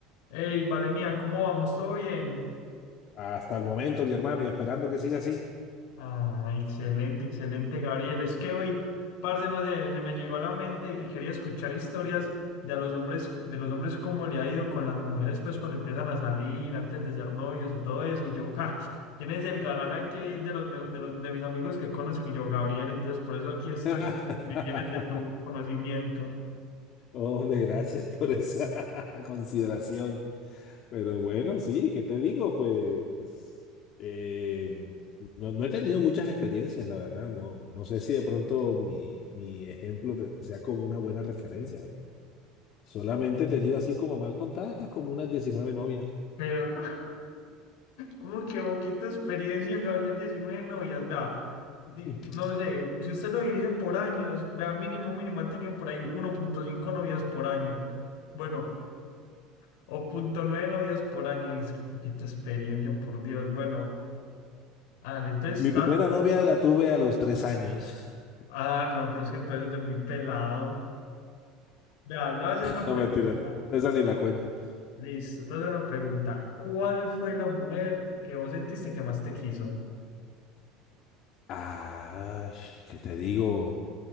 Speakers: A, on the left; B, on the left.
A: Hey, vale mía, ¿cómo vamos? ¿Todo bien?
B: Hasta el momento, mi hermano, y esperando que siga así.
A: Ah, excelente, excelente, Gabriel. Es que hoy, parce, no sé, se me llegó a la mente que quería escuchar historias de a los hombres, de los hombres cómo le ha ido con las mujeres, pues cuando empiezan a salir, antes de ser novios y todo eso. Y yo, ja, ¿quién es el galán aquí de los, mejo- de los- de mis amigos que conozco? Y yo, Gabriel, entonces por eso aquí estoy,
B: <laughs>
A: me tienes de tu conocimiento.
B: Hombre, gracias por esa <laughs> consideración. Pero bueno, sí, ¿qué te digo? Pues eh, no, no he tenido muchas experiencias, la verdad. No, no sé si de pronto mi, mi ejemplo te sea como una buena referencia, porque solamente he tenido así como mal contadas, como unas 19 novias.
A: Pero, <laughs> Uy, qué poquita experiencia, Gabriel, 19 novias, vea, di-
B: <laughs>
A: no sé, si usted lo divide por años, vea, mínimo, mínimo, ha tenido por ahí uno punto cinco novias por año, bueno, o punto nueve novias por año, es que poquita experiencia, por Dios, bueno, ah, entonces
B: Mi
A: está,
B: primera novia la tuve a los tres años. <laughs>
A: ah, no, pero es que empezó desde muy pelado, vea, le voy a hacer una
B: No,
A: pregunta,
B: mentira, esa ni la cuento.
A: listo, te voy a hacer una pregunta, ¿cuál fue la mujer que vos sentiste que más te quiso?
B: Ah, sh- ¿qué te digo?